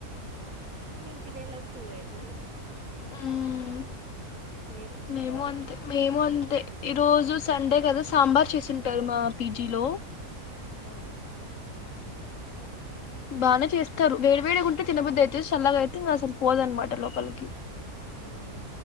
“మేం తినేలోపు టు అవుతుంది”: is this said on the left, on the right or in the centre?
Right